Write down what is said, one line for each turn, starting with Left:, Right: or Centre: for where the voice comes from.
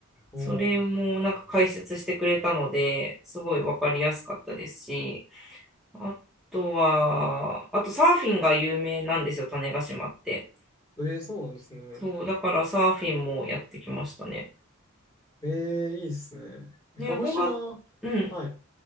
Left: おー、
Centre: それもなんか解説してくれたので、すごいわかりやすかったですし、あとは、あとサーフィンが有名なんですよ、種子島って。
Left: えー、そうなんですね。
Centre: そう、だからサーフィンもやってきましたね。
Left: えー、いいですね。え鹿児島、
Centre: ね、5月、うん、
Left: はい。